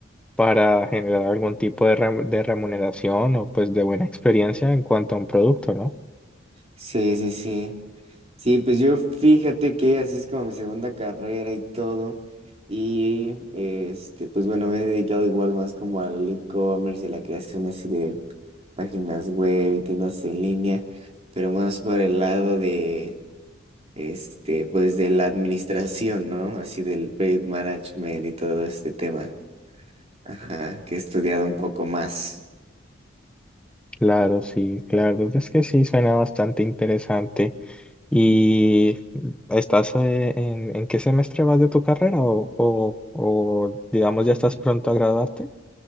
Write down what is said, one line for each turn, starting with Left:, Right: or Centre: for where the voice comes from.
Centre: para generar algún tipo de, rem- de remuneración o pues de buena experiencia en cuanto a un producto, ¿no?
Right: Sí, sí, sí. Sí, pues yo fíjate que así es como mi segunda carrera y todo. Y este, pues bueno, me he dedicado igual más como al e-commerce y la creación así de páginas web y tiendas en línea, pero más por el lado de este, pues de la administración, ¿no? Así del project management y todo este tema. Ajá, que he estudiado un poco más.
Centre: Claro, sí, claro, es que sí, suena bastante interesante. ¿Y estás eh, en, en qué semestre vas de tu carrera o, o, o digamos
Right: Ujú.
Centre: ya estás pronto a graduarte?